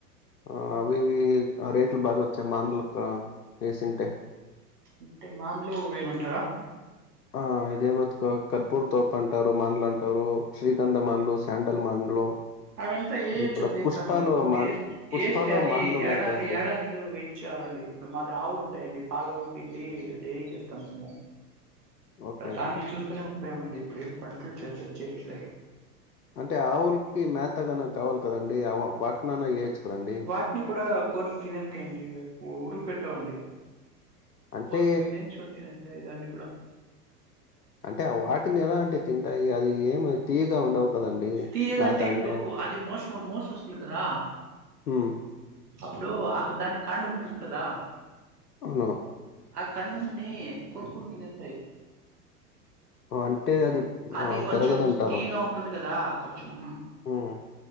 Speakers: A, on the left (about 80°); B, on the right (about 75°).
A: ఆ అవి ఇవి రేట్లు బాగా వచ్చెవి మానులతో వేసింటే
B: అంటే మాన్లు వేయమంటారా
A: ఆ ఇదే బతుకు కర్పూర్ తోప్ అంటారు మాన్లు అంటారు శ్రీకంధమాన్లు శాంటల్ మాన్లు
B: అదంతా ఏయచ్చండి
A: ఇప్పుడు పుష్పాలో
B: కానీ ఇప్పుడు
A: మాన్
B: ఏస్
A: పుష్పాలో
B: యేస్తే అది
A: మాన్లున్నాయి
B: యాడర్లీ
A: కదండీ!
B: యాడ లు వెయిట్ చేయాలండి ఇప్పుడు మాది ఆవులు ఉండయండి పాలు పిండి డైరీకి ఇస్తాం మేము
A: ఓకే.
B: దాన్ని చూసుకునే ఉండిపోయామండి ఇప్పుడు ఏం పంటలు చెస్ చెయ్యాట్లే
A: అంటే ఆవులకి మేతగానా కావాలి కదండీ వాటినన్న ఏయోచ్చు కదండి
B: వాటిని కూడా కోతులు తినేస్తాయండి ఉరువు పెట్టవండి
A: అంటే
B: కోతులు ఎంచుకొని తినేస్తాయి దాన్ని కూడా
A: అంటే వాటిని ఎలా అంటే తింటాయి అది ఏమీ తీయ్యగా ఉండవు కదండి
B: తీయగంటే
A: మేత
B: ఇప్పుడు
A: అంటే
B: అది మోస్ మోస్ వస్తుంది కదా
A: మ్మ్
B: అప్పుడు ఆకు దానికి కాండం ఉంటుంది కదా
A: అవును
B: ఆ కండమునీ కొర్కుకొని తినేస్తాయి
A: అంటే అది
B: అది
A: ఆ
B: కొంచెం
A: పెరగదంటారు
B: తీయగా ఉంటుంది కదా కొంచెం
A: హ్మ్.